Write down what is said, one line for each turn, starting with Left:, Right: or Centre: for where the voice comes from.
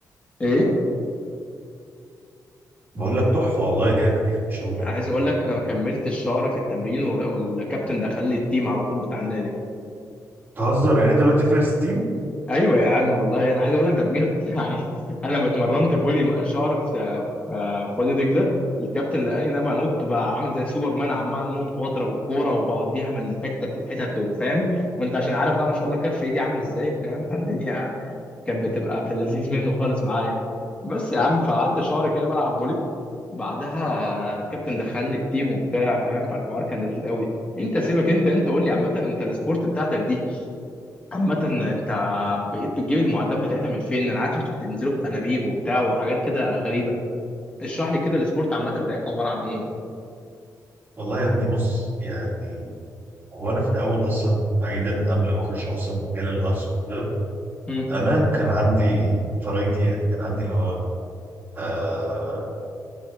Left: إيه
Right: بقول لك تحفه والله جامد يعني ان شاء الله
Left: عايز اقول لك انا ما كملتش شهر في التمرين وال- والكابتن دخل لي التيم على طول بتاع النادي
Right: تهزر يعني انت دلوقتي فيرست تيم
Left: ايوه يا عم والله انا عايز اقول لك ده بجد <laughs> يعني انا ما اتمرنت فولي شهر في في في وادي دجله الكابتن لقاني انا بنط بقى عامل زي سوبر مان عمال انط واضرب الكوره وبوديها من حته لحتت وفاهم وانت عشان عارف بقى ما شاء الله كف ايدي عامل ازاي فاهم فالدنيا كانت بتبقى في اللذيذ منه خالص معايا بس يا عم فقعدت شهر كده بلعب فولي بعدها الكابتن دخلني التيم وبتاع فاهم فالحوار كان لذيذ قوي انت سيبك انت انت قول لي عامه انت السبورت بتاعتك دي عامه انت بقيت بتجيب المعدات بتاعتها من فين انا عارف انتوا بتنزلوا بانابيب وبتاع وحاجات كده غريبه اشرح لي كده السبورت عامه بتاعتكم عباره عن ايه
Right: والله يا ابني بص يعني هو انا في الاول اصلا بعيدا قبل ما اخش اصلا مجال الغطس وكده
Left: امم
Right: انا كان عندي فرايتي يعني كان عندي اللي هو آه